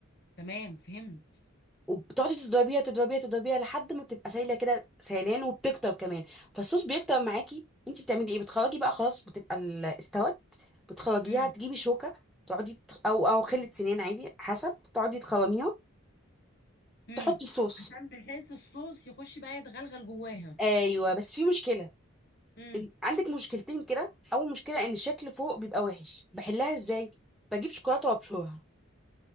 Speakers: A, on the left; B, in the centre.
A: تمام فهمت
B: وبتقعدي تضربيها تضربيها تضربيها لحد ما تبقى سايله كده سيلان وبتكتر كمان فالصوص بيكتر معاكي انت بتعملي ايه بتخرجي بقى خلاص بتبقى ال- استوت بتخرجيها
A: مم.
B: تجيبي شوكه تقعدي تخ- او او خله سنان عادي حسب تقعدي تخرميها
A: امم
B: تحطي الصوص
A: عشان بحيث الصوص يخش بقى يتغلغل جواها
B: ايوه بس في مشكله
A: امم
B: ال- عندك مشكلتين كده اول مشكله ان الشكل فوق بيبقى وحش بحلها ازاي بجيب شوكولاته وابشرها